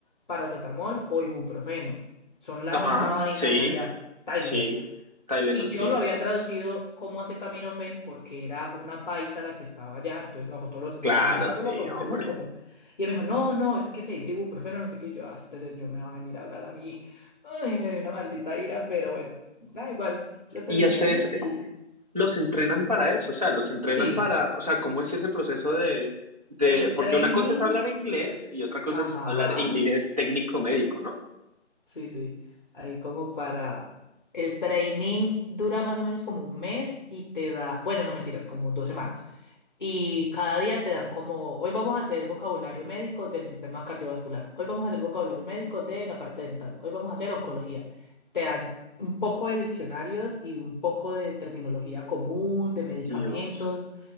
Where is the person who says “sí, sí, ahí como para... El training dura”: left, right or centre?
Left